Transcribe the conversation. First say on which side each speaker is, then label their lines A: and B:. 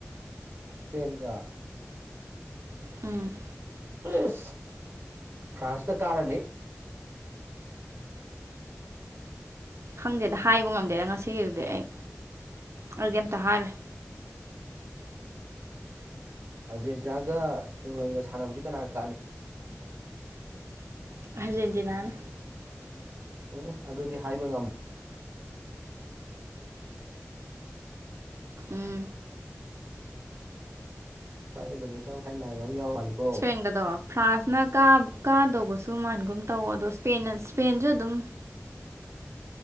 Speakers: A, on the right; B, on the right.
A: ꯁ꯭ꯄꯦꯟꯒ
B: ꯎꯝ
A: ꯏꯁ ꯐ꯭ꯔꯥꯟꯁꯅ ꯀꯥꯔꯅꯤ
B: ꯈꯪꯗꯦꯗ ꯍꯥꯏꯕ ꯉꯝꯗꯦꯗ ꯉꯁꯤꯒꯤꯗꯨꯗꯤ ꯑꯩ ꯑꯩꯗꯤ ꯑꯝꯇ ꯍꯥꯏꯔꯣꯏ
A: ꯑꯥꯔꯖꯦꯟꯇꯤꯅꯥꯒ ꯏꯪꯂꯦꯟꯒ ꯁꯥꯟꯅꯕꯗꯤ ꯀꯅꯥ ꯀꯥꯅꯤ
B: ꯑꯥꯔꯖꯦꯟꯇꯤꯅꯥꯅ
A: ꯎꯝ ꯑꯗꯨꯗꯤ ꯍꯥꯏꯕ ꯉꯝꯝ
B: ꯎꯝ
A: ꯍꯛꯆꯥꯡꯒꯤꯗꯣ ꯃꯤꯆꯥꯡ ꯍꯥꯏ ꯅꯥꯏꯕ ꯑꯃ ꯌꯥꯎ ꯃꯥꯜꯂꯤꯀꯣ
B: ꯍꯪꯒꯗꯣ ꯐ꯭ꯔꯥꯟꯁꯅ ꯀ ꯀꯥꯗꯧꯕꯁꯨ ꯃꯅꯒꯨꯝ ꯇꯧ ꯑꯗꯣ ꯏꯁꯄꯦꯟꯅ ꯏꯁꯄꯦꯟꯁꯨ ꯑꯗꯨꯝ